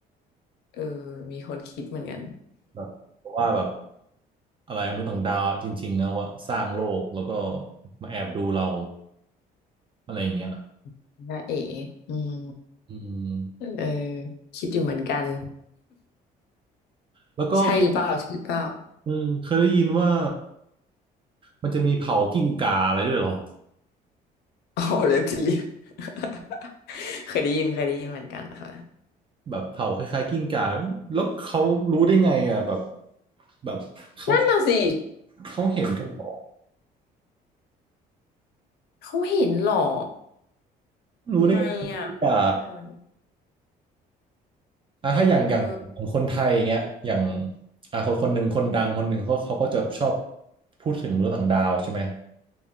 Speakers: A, on the left (about 75°); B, on the right (about 30°).
A: เออมีคนคิดเหมือนกัน
B: แบบว่าแบบอะไรมนุษย์ต่างดาวจริงๆนะว่าสร้างโลกแล้วก็มาแอบดูเราอะไรอย่างเงี้ย
A: <laughs> น้าเอ๋อืม
B: อืม
A: เออคิดอยู่เหมือนกัน
B: แล้วก็
A: ใช่หรือเปล่าใช่หรือเปล่า
B: เออเคยได้ยินว่ามันจะมีเผากิ้งก่าอะไรด้วยเหรอ
A: อ๋อเล็บท <laughs> เรีย <laughs> เคยได้ยินเคยได้ยินเหมือนกันค่ะ
B: แบบเผาคล้ายๆกิ้งก่าแล้วเขารู้ได้ไงอ่ะแบบแบบเขา
A: นั่นน่ะสิ
B: เขาเห็นกันเหรอ
A: เขาเห็นเหรอ
B: รู้ได้ไงกิ้งก่า
A: ไม่อ่ะได้ไหมก
B: อ่ะถ้าอย่างอย่างของคนไทยอย่างเงี้ยอย่าง
A: เออ
B: อ่ะคนคนหนึ่งคนดังคนหนึ่งเขาเขาก็จะชอบพูดถึงมนุษย์ต่างดาวใช่ไหม